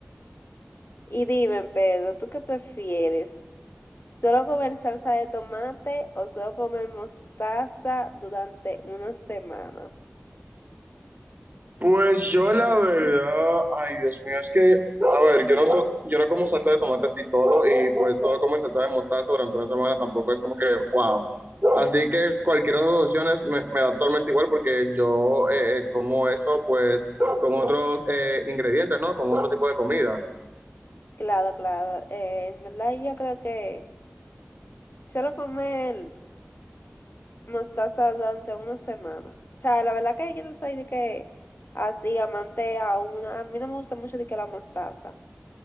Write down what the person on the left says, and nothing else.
Y dime, Pedro, ¿tú qué prefieres? Solo comer salsa de tomate o solo comer mostaza durante una semana.
Claro, claro. Eh, en verdad yo creo que solo comer mostaza durante una semana. O sea, la verdad que yo no soy de que así amante a una. A mí no me gusta mucho de que la mostaza.